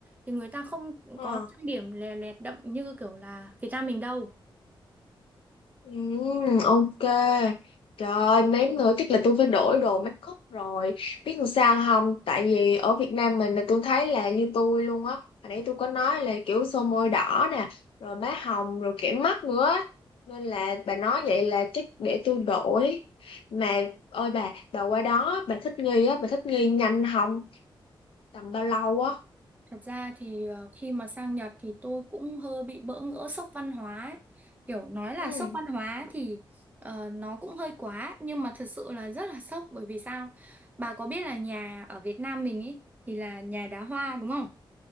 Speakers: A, on the right; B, on the left.
A: thì người ta không
B: ờ,
A: có trang điểm lè lẹt đậm như kiểu là Việt Nam mình đâu.
B: ừ, ok trời ơi, mém nữa chắc là tôi phải đổi đồ make up rồi biết làm sao không tại vì ở Việt Nam mình là tôi thấy là như tôi luôn á hồi nãy tôi có nói là kiểu son môi đỏ nè rồi má hồng rồi kẻ mắt nữa á. nên là bà nói vậy là chắc để tôi đổi mà ôi bà bà qua đó bà thích nghi á bà thích nghi nhanh không tầm bao lâu á
A: Thật ra thì ờ, khi mà sang Nhật thì tôi cũng hơi bị bỡ ngỡ sốc văn hóa ấy. Kiểu nói là
B: ừ
A: sốc văn hóa thì ờ, nó cũng hơi quá nhưng mà thật sự là rất là sốc bởi vì sao? Bà có biết là nhà ở Việt Nam mình ấy thì là nhà đá hoa đúng không?